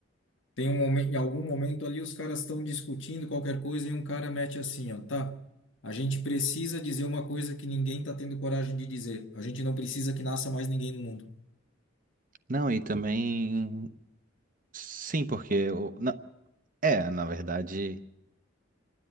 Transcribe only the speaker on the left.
tem um momento, em algum momento ali os caras estão discutindo qualquer coisa e um cara mete assim, ó, tá? A gente precisa dizer uma coisa que ninguém tá tendo coragem de dizer. A gente não precisa que nasça mais ninguém no mundo.